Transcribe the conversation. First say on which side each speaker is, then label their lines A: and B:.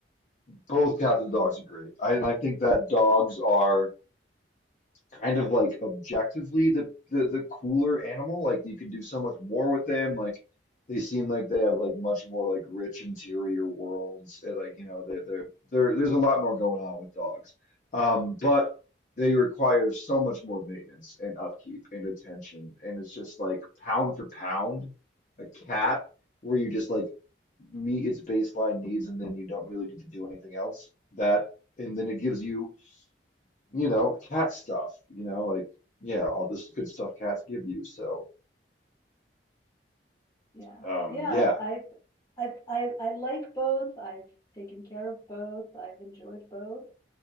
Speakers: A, on the left; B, on the left.
A: Both cats and dogs are great. I, and I think that dogs are kind of like objectively the the the cooler animal. Like you can do so much more with them. Like they seem like they have like much more like rich interior worlds. And like you know they're, they're, they're, there's a lot more going on with dogs. Um, but they require so much more maintenance and upkeep and attention. And it's just like pound for pound, a cat where you just like meet its baseline needs and then you don't really need to do anything else. That and then it gives you you know, cat stuff, you know, like, yeah, all this good stuff cats give you. So,
B: Yeah,
A: um,
B: yeah,
A: yeah,
B: I, I, I, I like both. I've taken care of both. I've enjoyed both.